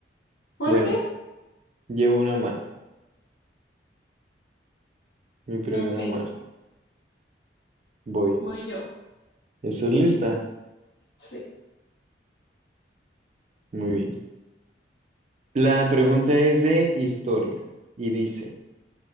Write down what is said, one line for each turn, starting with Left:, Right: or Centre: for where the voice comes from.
Left: <laughs> ¿Por
Right: Bueno,
Left: qué?
Right: llevo una mala, mi primera
Left: Ok,
Right: mala. Voy.
Left: voy yo.
Right: ¿Estás lista?
Left: Sí.
Right: Muy bien. La pregunta es de historia y dice,